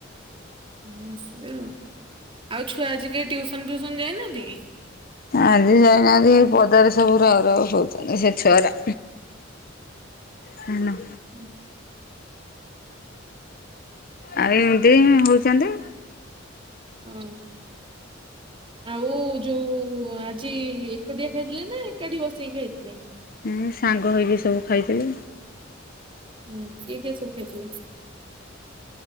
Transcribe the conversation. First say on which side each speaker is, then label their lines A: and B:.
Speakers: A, on the right; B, on the left.
A: ହୁଁ ସେଆ ଆଉ ଛୁଆ ଆଜି କେହି ଟିଉସନ ଫିଉସନ୍ ଯାଇନାହାନ୍ତି କି?
B: ଆଜି ଯାଇନାହାନ୍ତି, ଏଇ ପଦାରେ ସବୁ ରାଉ ରାଉ ହଉଛନ୍ତି ସେ ଛୁଆରା। ହ୍ୟାନୋ।
A: ହୁଁ।
B: ଆଉ ଏମିତି ହଉଚନ୍ତି।
A: ଅଁ। ଆଉ ଯୋଉ ଆଜି ଏକୁଟିିଆ ଖାଇଥିଲେ ନା ଏକାଠି ବସିକି ଖାଇଥିଲେ?
B: ଉଁ ସାଙ୍ଗ ହେଇକି ସବୁ ଖାଇଥିଲୁ।
A: ହୁଁ କିଏ କିଏ ସବୁ ଖାଇଥିଲ?